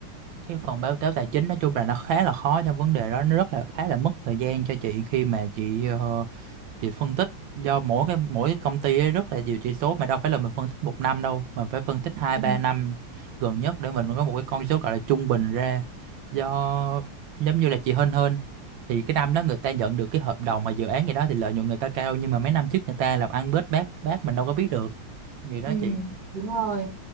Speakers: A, on the right; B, on the right.
A: cái phần báo cáo tài chính nói chung là nó khá là khó trong vấn đề đó nó rất là khá là mất thời gian cho chị khi mà chị ờ, chị phân tích do mỗi cái mỗi cái công ty ấy rất là nhiều chỉ số mà đâu phải là mình phân tích một năm đâu mà phải phân tích hai
B: Ừ.
A: ba năm gần nhất để mình có một cái con số gọi là trung bình ra do giống như là chị Hên Hên thì cái năm đó người ta nhận được cái hợp đồng mà dự án gì đó thì lợi nhuận người ta cao nhưng mà mấy năm trước người ta làm ăn bết bát bát mình đâu có biết được gì đó
B: Ừ,
A: chị
B: đúng rồi.